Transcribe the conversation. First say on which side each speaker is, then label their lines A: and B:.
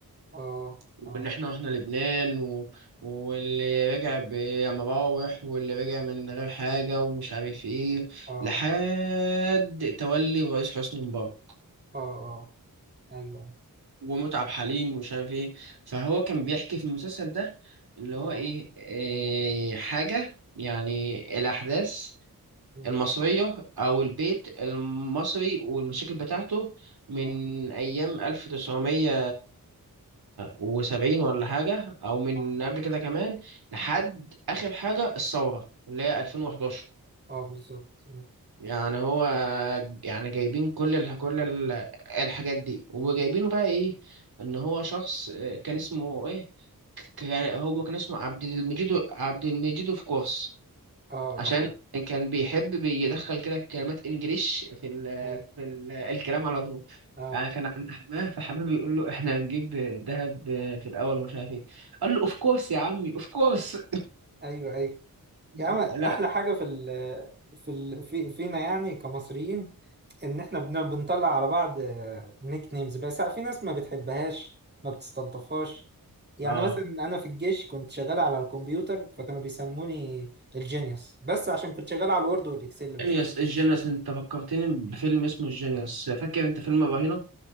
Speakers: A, on the right (about 30°); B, on the right (about 80°).
A: اه
B: وان
A: اه
B: احنا واحنا لبنان و... واللي رجع بمراوح واللي رجع من غير حاجه ومش عارف ايه
A: اه
B: لحد تولي الرئيس حسني مبارك
A: اه اه ايوه
B: ومتعب حليم ومش عارف ايه فهو كان بيحكي في المسلسل ده اللي هو
A: اه
B: ايه, إيه حاجة يعني الأحداث
A: مم.
B: المصرية أو البيت المصري والمشاكل بتاعته من
A: اه
B: أيام ألف تسعمية وسبعين ولا حاجة أو من
A: اه
B: قبل كده كمان لحد آخر حاجة الثورة اللي هي ألفين وحداشر.
A: اه بالظبط مم.
B: يعني هو يعني جايبين كل ال... كل ال... الحاجات دي وجايبينه بقى ايه ان هو شخص آه، كان اسمه ايه ك- كان هو كان اسمه عبد المجيد عبد المجيد اوف كورس
A: اه
B: عشان
A: آه.
B: كان بيحب بيدخل كده كلمات انجليش في ال...
A: <laughs> ايوه
B: في ال... الكلام على طول
A: اه
B: يعني كان عند حماه فحماه بيقول له احنا هنجيب الذهب في الاول ومش عارف ايه قال له اوف كورس يا عمي اوف كورس
A: ايوه ايوه
B: <laughs>
A: يا عم احلى
B: لا
A: حاجه في ال في ال في فينا يعني كمصريين ان احنا بن- بنطلع على بعض نيك نيمز بس في ناس ما بتحبهاش ما بتستلطفهاش يعني
B: اه
A: مثلا انا في الجيش كنت شغال على الكمبيوتر فكانوا بيسموني الجينيوس بس عشان كنت شغال على الوورد والاكسل بس
B: جينيوس الجينيوس انت فكرتني بفيلم اسمه الجينيوس فاكر انت فيلم الرهينة